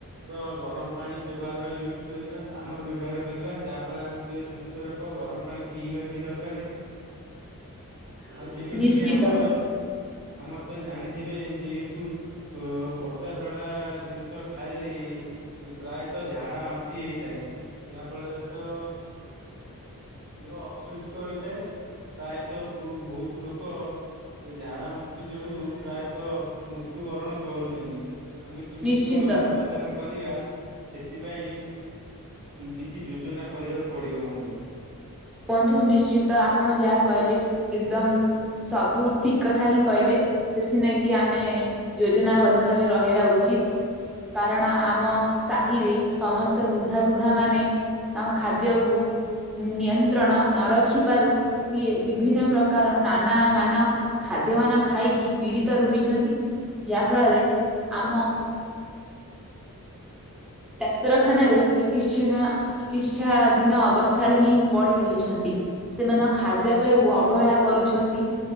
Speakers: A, on the right; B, in the centre.
A: ର ଗରମ ପାଣି ବ୍ୟବହାର ୟୁଜ୍ କରିବା ଆମର ବ୍ୟବହାର କରିବା, ଯାହାଫଳରେ ଆମ ଦେହ ସୁସ୍ଥ୍ ଉତ ରହିବ ଗରମ ପାଣି ପିଇବା ବି ଦକାରେ। ଆଉ ଯେମିତି
B: ନିଶ୍ଚିନ୍ତ
A: କିି ଆମର ଆମର ତ ଜାଣିଥିବେ ଯେହେତୁ ଓ ପଚାଶଡ଼ା ଜିନିଷ ଖାଇଲି ପ୍ରାୟତ ଝାଡ଼ା ବାନ୍ତି ହେଇଥାଏ, ଯାହା ଫଳରେ ତ ଦେହ ଅସୁସ୍ଥ ହୋଇଥାଏ। ପ୍ରାୟତ ଭୁ -ଭୁତ୍ ଲୋକ ଏଇ ଝାଡା ବାନ୍ତି ଯୋଗୁଁ ପ୍ରାୟତ ମୃତ୍ୟୁ ବରଣ କରୁଚନ୍ତି। ଆମେ କେମିତି
B: ନିଶ୍ଚିନ୍ତ
A: କଣ ସାବଧାନ କରିବା ସେଥିପାଇଁ କିଛି ଯୋଜନା କରିବାକୁ ପଡ଼ିବ ବନ୍ଧୁ।
B: ବନ୍ଧୁ ନିଶ୍ଚିନ୍ତ ଆପଣ ଯାହା କହିଲେ ଏକଦମ୍ ସବୁ ଠିକ୍ କଥା ହିଁ କହିଲେ, ସେଥିନାଗି ଆମେ ଯୋଜନାବଦ୍ଧ ଭାବେ ରହିବା ଉଚିତ୍। କାରଣ ଆମ ସାହିରେ ସମସ୍ତେ ବୃଦ୍ଧା ବୃଦ୍ଧା ମାନେ ତାଙ୍କ ଖାଦ୍ୟକୁ ନିଅନ୍ତ୍ ତ୍ରଣ ନ ରଖିପାରୁ ସିଏ ବିଭିନ୍ନ ପ୍ରକାର ନାନା ମାନ ଖାଦ୍ୟମାନ ଖାଇକି ପୀଡ଼ିତ ରୁହିଛନ୍ତି, ଯାହାଫଳରେ ଆମ ଡାକ୍ତର ଖାନାରେ ଚିକିଛନା ଚିକିତ୍ସାଧୀନ ଅବସ୍ଥାରେ ହିଁ ପଡି ରହିଛନ୍ତି। ସେମାନେ ତାଙ୍କ ଖାଦ୍ୟ ପେୟକୁ ଅବହେଳା କରୁଛନ୍ତି।